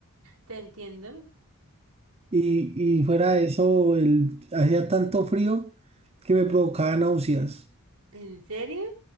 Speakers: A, on the right (about 85°); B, on the right (about 30°).
A: Te entiendo.
B: Y, y fuera de eso, el, hacía tanto frío que me provocaba náuseas.
A: ¿En serio?